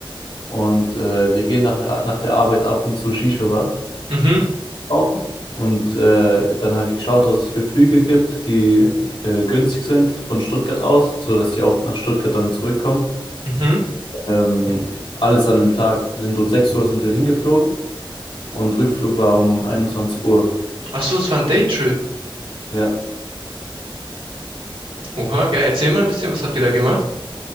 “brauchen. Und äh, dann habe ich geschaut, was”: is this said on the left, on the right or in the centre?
Left